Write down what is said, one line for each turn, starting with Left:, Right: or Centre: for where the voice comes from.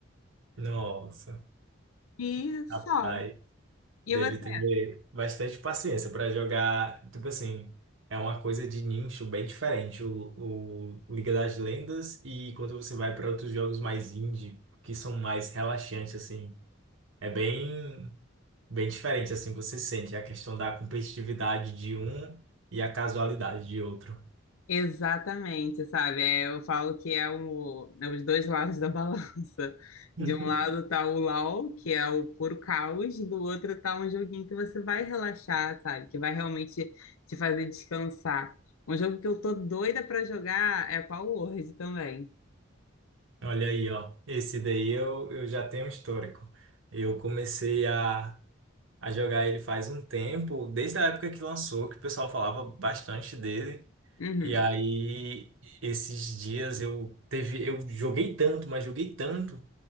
Right: Nossa,
Left: E
Right: rapaz.
Left: só. E
Right: Deve
Left: você?
Right: ter bastante paciência para jogar. Tipo assim, é uma coisa de nicho bem diferente. O, o Liga das Lendas e quando você vai para outros jogos mais indie, que são mais relaxantes, assim, é bem, bem diferente, assim, você sente a questão da competitividade de um e a casualidade de outro.
Left: Exatamente, sabe? É, eu falo que é, o, é os dois lados da <laughs> balança. De
Right: <laughs>
Left: um lado tá o LOL, que é o puro caos, do outro tá um joguinho que você vai relaxar, sabe? Que vai realmente te fazer descansar. Um jogo que eu tô doida pra jogar é Power Word também.
Right: Olha aí, ó. Esse daí eu, eu já tenho um histórico. Eu comecei a a jogar ele faz um tempo, desde a época que lançou, que o pessoal falava bastante dele.
Left: Uhum.
Right: E aí, esses dias eu teve, eu joguei tanto, mas joguei tanto